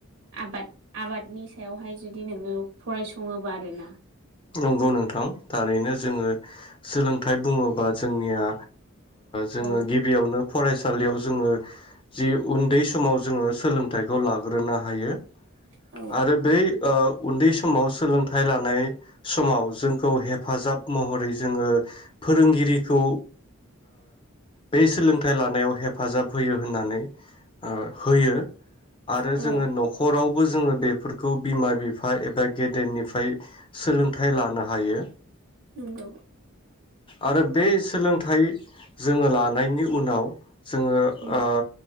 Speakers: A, on the right; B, on the left.
A: आबाद आबादनि सायावहाय जुदि नोङो फरायसङोबा आरोना।
B: नंगौ नोंथां थारैनो जोङो सोलोंथाइ बुङोबा जोंनिया जोङो
A: औ
B: गिबियावनो फरायसालियाव जोङो जि उन्दै समाव जोङो सोलोंथाइखौ लाग्रोनो हायो ।
A: औ
B: आरो बै ओ उन्दै समाव सोलोंथाइ लानाय समाव जोंखौ हेफाजाब महरै जोङो फोरोंगिरिखौ बे सोलोंथाइ लानायाव हेफाजाब होयो होननानै होयो आरो
A: औ
B: जोङो न'खराव बो जोङो बेफोरखौ बिमा बिफा एबा गेदेरनिफ्राय सो थाय लानो हायो।
A: नोंगौ।
B: आरो बे सोलोंथाइ जोङो लानायनि उनाव जोङो
A: उम
B: ओ